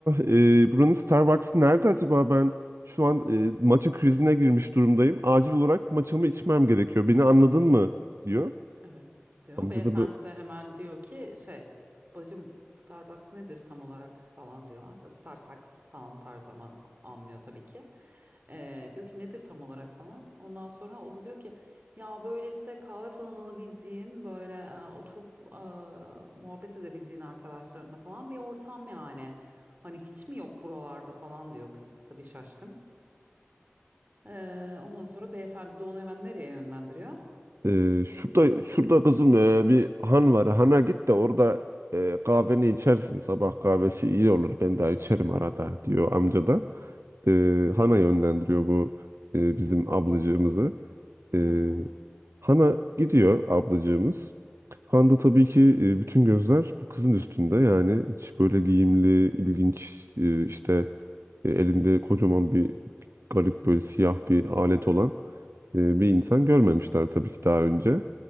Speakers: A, on the right; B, on the right.
A: e, buranın Starbucks'ı nerede acaba ben şu an e, matcha krizine girmiş durumdayım. Acil olarak matchamı içmem gerekiyor. Beni anladın mı? diyor.
B: Evet diyor.
A: Amca
B: Beyefendi
A: da böyle
B: de hemen diyor ki şey bacım Starbucks nedir tam olarak falan diyor. Starbucks falan tarz ama anlıyor tabii ki. Ee, diyor ki nedir tam olarak falan. Ondan sonra o da diyor ki ya böyle işte kahve falan alabildiğin böyle e, oturup e, muhabbet edebildiğin arkadaşlarına falan bir ortam yani. Hani hiç mi yok buralarda falan diyor kız tabii şaşkın. Ee, ondan sonra beyefendi de onu hemen nereye yönlendiriyor?
A: e, şurada şurada kızım e, bir han var. Hana git de orada e, kahveni içersin. Sabah kahvesi iyi olur. Ben daha içerim arada diyor amca da. E,
B: Hı hı.
A: hana yönlendiriyor bu e, bizim ablacığımızı. Ee,
B: Aha,
A: Hana gidiyor ablacığımız. Handa tabii ki e, bütün gözler bu kızın üstünde. Yani hiç böyle giyimli, ilginç, e, işte e, elinde kocaman bir garip böyle siyah bir alet olan e, bir insan görmemişler tabii ki daha önce.